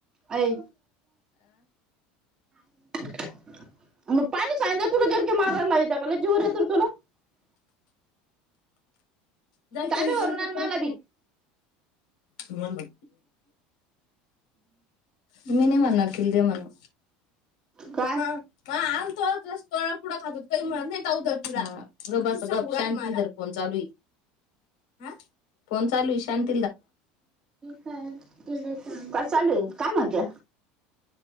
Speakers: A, on the right (about 20°); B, on the left (about 80°).
A: अय <unintelligible>
B: जाईल
A: तांबे
B: की याच्यावर
A: भरून
B: मी
A: आण
B: करत
A: मला बी
B: नाही. तुम्हाला मी नाही म्हणणार तीला दे म्हण
A: काय
B: हा हा आलतो आग तोळा पुुडा खातोत कही म्हणत नाही का होत तुला गबस काय मांजर फोन चालूय हा फोन चालूय शांत
A: काय चालुय काय म्हणत्या